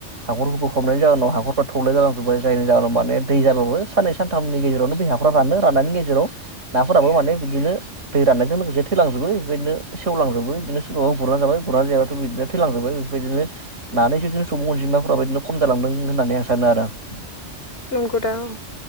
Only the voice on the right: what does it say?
हाखरफोरखौ फबनायनि जाहोनाव हाखरफोरा थौले जालांजोबबाय जायनि जाहोनाव माने दै जाब्लाबो साननै सानथामनि गेजेरावनो बे हाफोरा रानो राननायनि गेजेराव नाफोराबो माने बिदिनो दै राननायजों लोगोसे थैलांजोबो बेबायदिनो सेवलांजोबो बिदिनो सोरबा गुरनानै जाबाय गुरनानै जायाबाथ' बिदिनो थैलांजोबबाय बेफोरबायदिनो नानैसो बिदिनो सुबुं अनजिमाफोराब बिदिनो खम जालांदों होननानै आं सानो आरो आं